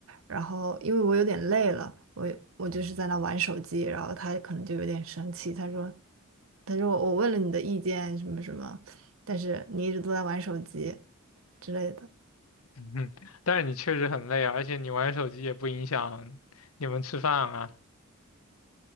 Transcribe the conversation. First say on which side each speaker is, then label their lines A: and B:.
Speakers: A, on the right; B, on the left.
A: 然后因为我有点累了，我我就是在那玩手机，然后他可能就有点生气，他说，他说我问了你的意见什么什么，但是你一直都在玩手机之类的，
B: <laughs> 嗯，但是你确实很累啊，而且你玩手机也不影响你们吃饭啊，